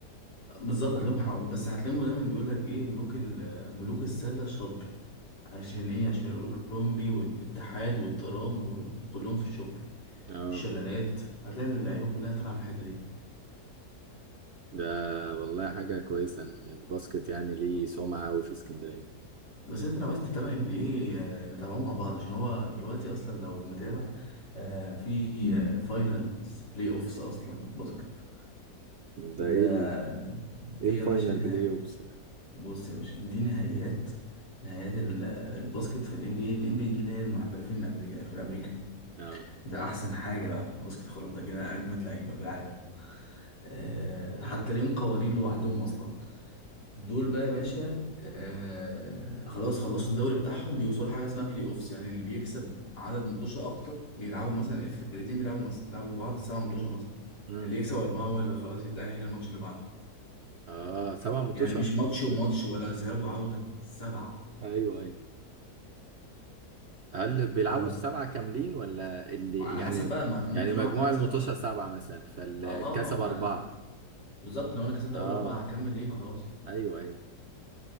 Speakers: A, on the left; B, on the right.
A: بالظبط هتلاقيهم حق... بس هتلاقيهم دايما بيقول لك ايه ملوك ال... ملوك السله الشطبي عشان ايه عشان الاولمبي والاتحاد والترام وكلهم في الشطبي
B: اه
A: الشلالات هتلاقي اللعيبه كلها طالعه من الحته دي
B: ده والله حاجة كويسة ان الباسكت يعني ليه سمعة أوي في اسكندرية
A: بس انت لو عايز تتابع ام بي ايه نتابعوه مع بعض عشان هو دلوقتي اصلا لو متابع آه، في فاينلز بلاي اوفس اصلا باسكت
B: ده
A: ده
B: ايه ال...
A: دي
B: ايه الفاينل
A: يا باشا نهائي
B: بلاي اوبس ده؟
A: بص يا باشا دي نهائيات نهائيات ال- الباسكت في الام بي اي. الام بي اي دي اللي هي المحترفين الامريكا في امريكا
B: اه
A: ده احسن حاجه بقى في الباسكت خلاص ده كده اجمد لعيبه في العالم آه حتى ليهم قوانين لوحدهم اصلا دول بقى يا باشا آه خلاص خلصوا الدوري بتاعهم بيوصلوا حاجه اسمها بلاي اوفس يعني اللي بيكسب عدد متوشه اكتر بيلعبوا مثلا الفرقتين بيلعبوا مثلا بيلعبوا بعض سبع متوشه مثلا
B: امم
A: اللي يكسب اربعه هو اللي خلاص يتاهل الماتش اللي بعده
B: اه سبعة مطوشة
A: يعني مش ماتش وماتش ولا ذهاب وعوده سبعه
B: ايوه ايوه هل بيلعبوا
A: ف
B: السبعة كاملين ولا اللي
A: على
B: يعني
A: حسب بقى ما انا ممكن
B: يعني مجموع
A: أوقع- اكسب
B: المطوشة
A: اه
B: سبعة مثلا فالكسب
A: آه، آه.
B: أربعة
A: آه، بالظبط لو انا كسبت
B: اه
A: اول اربعه هكمل ليه ما خلاص
B: ايوه ايوه